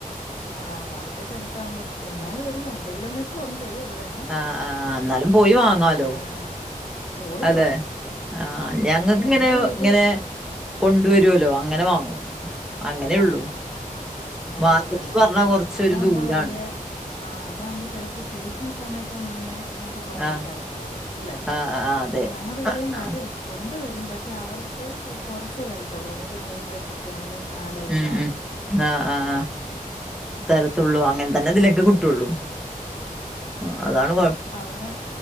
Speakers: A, on the left (about 45°); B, in the centre.
A: മാ മാർക്കറ്റ് അടുത്താവുമ്പോത്തേന് എന്നാലും ഒരു രണ്ട് കിലോമീറ്റർ. ഉണ്ട് ഇവിടുന്ന്
B: ആഹ് ആഹ് എന്നാലും പോയി വാങ്ങാലോ?
A: ആഹ് പോയി
B: അല്ലെ
A: വാങ്ങും
B: ആഹ് ഞങ്ങൾക്ക്
A: പക്ഷെ
B: ഇങ്ങനെ
A: എന്റെ വീട്
B: ഇങ്ങനെ. കൊണ്ടുവരുല്ലോ അങ്ങനെ വാങ്ങും. അങ്ങനെയുള്ളൂ
A: ആഹ് ആഹ് ആഹ് ആഹ് അങ്ങനെയുള്ളല്ലേ
B: മാർക്കറ്റ്സ് പറഞ്ഞാ കൊറച്ചൊരു
A: അതാകുമ്പോ
B: ദൂരാണ്
A: വലിയ. ആഹ് അതാകുമ്പോ ചിലപ്പോ സീസൺ സമയത്തെ മീന് നമുക്ക്. തോനെ
B: ആഹ്
A: തരത്തോളൂ അല്ലെ,
B: ആഹ് ആഹ് അതെ
A: ഞങ്ങളുടെ ഇവിടെയും
B: ആ, ആ,
A: വരും. കൊണ്ട് വരും പക്ഷെ അവർക്ക് കുറച്ച് തരത്തൊള്ളൂ, നമുക്ക് നൂറ് രൂപയ്ക്ക് ഒക്കെ ആണെങ്കിൽ. നാല് അയലാ.
B: ഉം ഉം ആഹ് ആഹ് ആഹ് തരത്തുള്ളൂ അങ്ങനെ തന്നെ ഇതിലൊക്കെ കിട്ടുള്ളു.
A: ആഹ്
B: ആഹ് അതാണ് കുഴ
A: അവിടെ